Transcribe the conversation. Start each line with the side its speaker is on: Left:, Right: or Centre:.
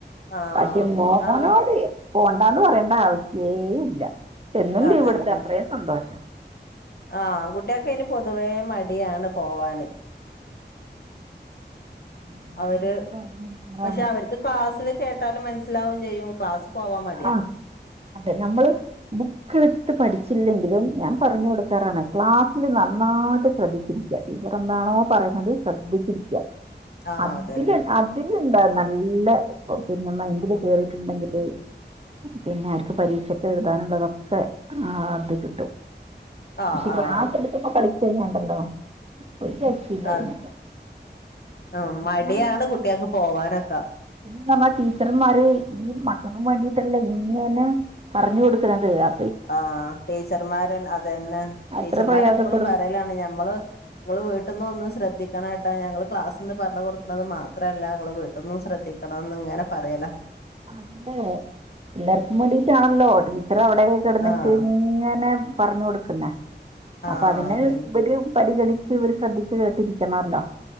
Left: ആഹ്
Right: പക്ഷെ മോനോട്
Left: ആഹ്
Right: പോണ്ടാന്ന് പറയേണ്ട ആവശ്യേ ഇല്ല എന്നും ലീവെടുത്ത
Left: അതന്നെ
Right: അത്രെയും സന്തോഷം
Left: ആഹ് ആൺകുട്ടിയക്കതിന് പൊതുവേ മടിയാണ് പോവാന്
Right: അങ്ങനെ
Left: അവര്
Right: പറഞ്ഞു കൊടുക്കാറാണ്
Left: പക്ഷെ അവര്ക്ക് ക്ലാസില് കേട്ടാല് മനസ്സിലാവും ചെയ്യും ക്ലാസ് പോവാ മടിയ
Right: ആ അതെ നമ്മള് ബുക്കെടുത്ത് പഠിച്ചില്ലെങ്കിലും ഞാൻ പറഞ്ഞു കൊടുക്കാറാണ് ക്ലാസ്സില് നന്നായിട്ട് ശ്രദ്ധിച്ചിരി ക്ക ടീച്ചറെന്താണോ പറയുന്നത് ശ്രദ്ധിച്ചിരിക്ക
Left: ആഹ്
Right: അതില്
Left: അതന്നെ
Right: അതിലുണ്ടാ നല്ല പിന്നെ മൈന്റില് കേറിട്ടുണ്ടെങ്കില് പിന്നെ ആർക്ക് പരീക്ഷക്കെഴുതാനുള്ളതൊ ക്കെ ആഹ് അത് കിട്ടും
Left: ആഹ്
Right: പക്ഷെ ക്ലാസ്സെടുക്കുമ്പൊ
Left: ആഹ്
Right: കളിച്ചു കഴിഞ്ഞാണ്ടല്ലോ ഒരു രക്ഷയില്ല
Left: ആഹ്
Right: പിന്നെ
Left: ആഹ്
Right: ക്ലാസ്സിലാണ്
Left: മടിയാണ് കുട്ടികക്ക് പോവാനൊക്കെ
Right: പിന്നെ നമ്മ ടീച്ചർമാര് ഈ മക്കക്കും വേണ്ടി ട്ടല്ലേ ഇങ്ങനെ പറഞ്ഞു കൊടുക്കുന്നത് അ
Left: ആഹ് ടീച്ചർമാരൻ അതന്നെ
Right: അത്ര
Left: ടീച്ചർമാരെപ്പൊളും
Right: പ്രയാസപ്പെടും
Left: പറയലാണ് ഞമ്മള് നിങ്ങൾ വീട്ട്ന്ന് ഒന്ന് ശ്രദ്ധിക്കണാ കേട്ടാ ഞങ്ങള് ക്ലാസ്സിന്ന് പറഞ്ഞ് കൊടുക്കണത് മാത്രവല്ല നിങ്ങള് വീട്ടിന്നും ശ്രദ്ധി ക്കണന്ന് ഇങ്ങനെ പറയലാ
Right: അതെ എല്ലാർക്കും വേണ്ടീട്ടാണല്ലോ ടീച്ചർ അവിടേ കെടന്നിറ്റ്
Left: ആഹ്
Right: ഇങ്ങ് ഇങ്ങനെ പറഞ്ഞു കൊടുക്കുന്നാ
Left: ആഹ്
Right: അപ്പൊ അതിന്
Left: അതന്നെ
Right: ഇവര് പരിഗണി ച്ച് ഇവര് ശ്രദ്ധിച്ച് കേട്ടിരിക്കണല്ലോ